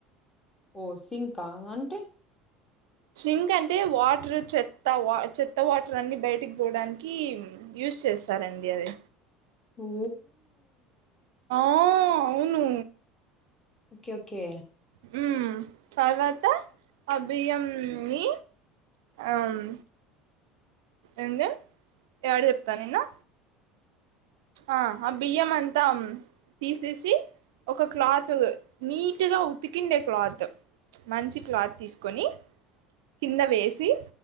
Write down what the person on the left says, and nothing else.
ఓ సింకా అంటే
ఓ
ఓకే ఓకే